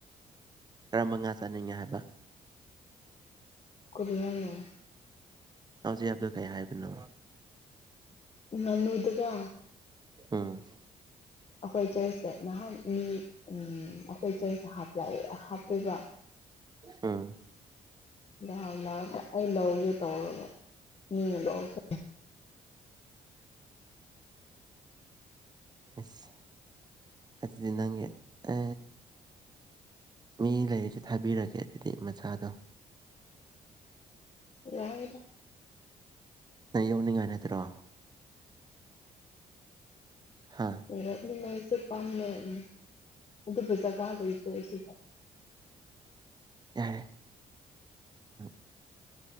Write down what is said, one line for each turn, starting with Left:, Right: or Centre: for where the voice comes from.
Right: ꯀꯔꯝꯕ ꯉꯥ ꯆꯥꯅꯤꯡꯉꯦ ꯍꯥꯏꯕ
Left: ꯀꯔꯤ ꯍꯥꯏꯅꯣ
Right: ꯍꯧꯖꯤꯛ ꯍꯥꯏꯕꯗꯨ ꯀꯩ ꯍꯥꯏꯕꯅꯣ
Left: ꯉꯥꯅꯨꯗꯨꯒ
Right: ꯎꯝ
Left: ꯑꯩꯈꯣꯏ ꯆꯔꯁꯆꯇ ꯅꯍꯥꯟ ꯃꯤ ꯑꯝ ꯑꯩꯈꯣꯏ ꯆꯔꯁꯆ ꯍꯥꯞ ꯂꯥꯛꯑꯦ ꯍꯥꯞꯂꯥꯛꯑꯦ ꯍꯥꯞꯄꯦꯕ
Right: ꯎꯝ
Left: ꯅꯍꯥꯟ ꯂꯥꯛꯑꯒ ꯑꯩ ꯂꯧꯒꯦ ꯇꯧꯔꯒ ꯃꯤꯅ ꯂꯧꯒꯦ
Right: ꯑꯁ ꯑꯗꯨꯗꯤ ꯅꯪ ꯑ ꯃꯤ ꯂꯩꯔꯤꯁꯨ ꯊꯥꯕꯤꯔꯒꯦ ꯑꯗꯨꯗꯤ ꯃꯆꯥꯗꯣ
Left: ꯌꯥꯔꯦꯗꯥ
Right: ꯅꯪ ꯌꯧꯅꯤꯡꯉꯥꯏ ꯅꯠꯇꯔꯣ ꯍꯥ
Left: <unintelligible>
Right: ꯌꯥꯔꯦ ꯑ